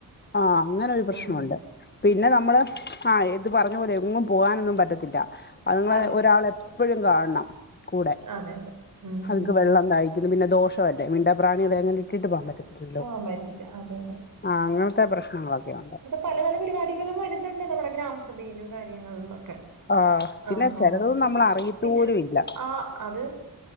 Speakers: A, on the left; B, on the right.
A: ആഹ് അങ്ങനെ ഒരു പ്രശ്നമുണ്ട്
B: ഉം
A: പിന്നെ നമ്മള് ആഹ് എത് പറഞ്ഞ പോലെ എങ്ങും പോകാനൊന്നും പറ്റത്തില്ല അത്ങ്ങളെ
B: അതെ
A: ഒരാളെ എപ്പോഴും കാണണം കൂടെ
B: അതെ അതെ ഉം
A: അതക്ക് വെള്ളം തായി പിന്നെ ദോഷമല്ലേ മിണ്ടാ പ്രാണികള അങ്ങനെ ഇട്ടിട്ട് പോവാൻ പറ്റത്തില്ല
B: പോകാൻ പറ്റത്തില്ല അതെ അതെ
A: ആഹ് അങ്ങനത്തെ പ്രശ്നങ്ങളൊക്കെ ഉണ്ട്
B: പല പല പരിപാടികളും വരുന്നുണ്ട് നമ്മുടെ ഗ്രാമസഭയിലും കാര്യങ്ങളിലൊക്കെ
A: ആഹ് പിന്നെ
B: ആഹ്
A: ചിലതൊന്നും
B: ആഹ്
A: നമ്മൾ അറിയത്തുപോലും
B: പിന്നെ
A: ഇല്ല
B: ആഹ് അത്